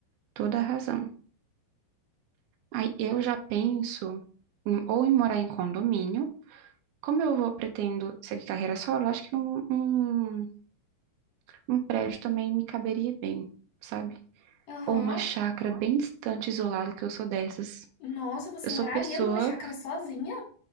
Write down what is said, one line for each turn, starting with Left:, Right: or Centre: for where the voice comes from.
Right: Toda a razão. Aí eu já penso em- ou em morar em condomínio, Como eu vou pretendo seguir carreira solo, acho que um, um, um prédio também me caberia bem, sabe?
Left: Aham.
Right: Ou uma chácara bem distante, isolada, que eu sou dessas.
Left: Nossa, você
Right: Eu
Left: moraria
Right: sou pessoa,
Left: numa chácara sozinha?